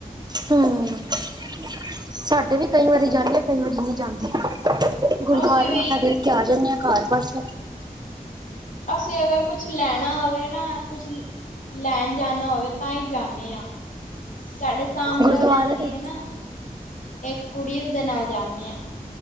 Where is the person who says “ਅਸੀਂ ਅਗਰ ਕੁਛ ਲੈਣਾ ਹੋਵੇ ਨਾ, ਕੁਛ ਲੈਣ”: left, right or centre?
Left